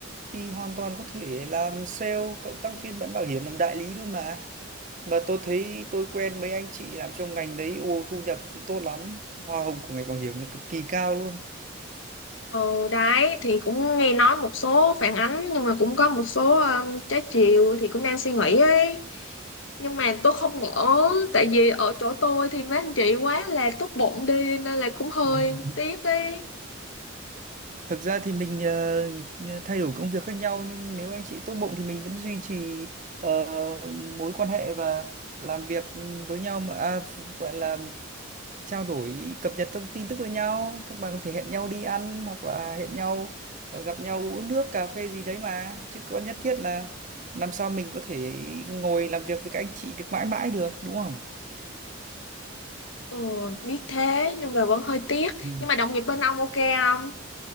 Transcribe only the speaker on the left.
Ừ đấy thì cũng nghe nói một số phản ánh nhưng mà cũng có một số um, trái chiều thì cũng đang suy nghĩ ấy nhưng mà tôi không nỡ tại vì ở chỗ tôi thì mấy anh chị quá là tốt bụng đi nên là cũng hơi
tiếc ấy
ừ biết thế nhưng mà vẫn hơi tiếc
nhưng mà đồng nghiệp bên ông ok không